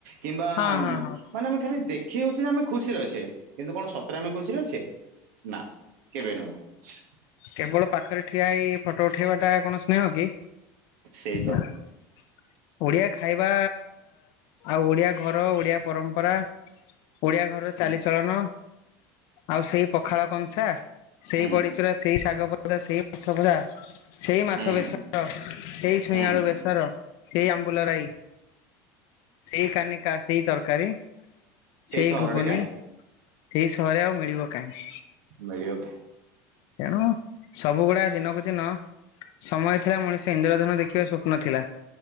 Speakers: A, on the right; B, on the left.
A: କିମ୍ବା
B: ହଁ
A: ଆମ
B: ହଁ ହଁ
A: ମାନେ ଆମେ ଖାଲି ଦେ ଖେଇ ହଉଚେ ଯେ ଆମେ ଖୁସିରେ ଅଛେ କିନ୍ତୁ କଣ ସତରେ ଆମେ ଖୁସିରେ ଅଛେ? ନା କେବେ ନୁହେଁ।
B: କେବଳ ପାଖରେ ଠିଆ ହେଇ, ଫଟୋ ଉଠେଇବା ଟା, କଣ ସ୍ନେହ କି?
A: ସେଇ ତ
B: ନାଁ। ଓଡିଆ ଖାଇବା ଆଉ ଓଡିଆ ଘର, ଓଡିଆ ପରମ୍ପରା ଓଡିଆ ଘରର ଚାଲିଚଳନ ଆଉ ସେଇ ପଖାଳ କଂସା ସେଇ
A: ହୁଁ,
B: ବଡିଚୁରା, ସେଇ ଶାଗଭଜା, ସେଇ ମାଛଭଜା ସେଇ ମାଛ
A: ହୁଁ,
B: ବେସର, ସେଇ ଛୁଇଁ
A: ହୁଁ
B: ଆଳୁ ବେସର ସେଇ ଆମ୍ବୁଲରାଇ, ସେଇ କାନିକା, ସେଇ ତରକାରୀ ସେଇ
A: ସହରରେ
B: ଘୁଗୁନି,
A: କାହିଁ
B: ସେଇ ସହରେ ଆଉ ମିଳିବ କାଇଁ?
A: ମିଳିବ କା
B: ତେଣୁ ସବୁଗୁଡା ଦିନକୁ ଦିନ ସମୟ ଥିଲା ମଣିଷ ଇନ୍ଦ୍ରଧନୁ ଦେଖିବା ସ୍ୱପ୍ନ ଥିଲା।